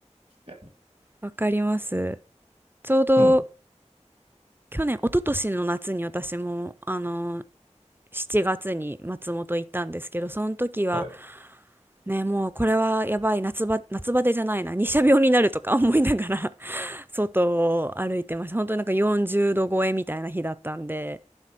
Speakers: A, on the right; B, on the right.
A: て。
B: わかります。ちょうど
A: そうなの。
B: 去年、一昨年の夏に私も、あの、7月に松本行ったんですけど、その時は、
A: はい。
B: ね、もうこれはやばい、夏バ、夏バテじゃないな、日射病になるとか <laughs> 思いながら <laughs> 外を歩いてました。本当になんか40度超えみたいな日だったんで、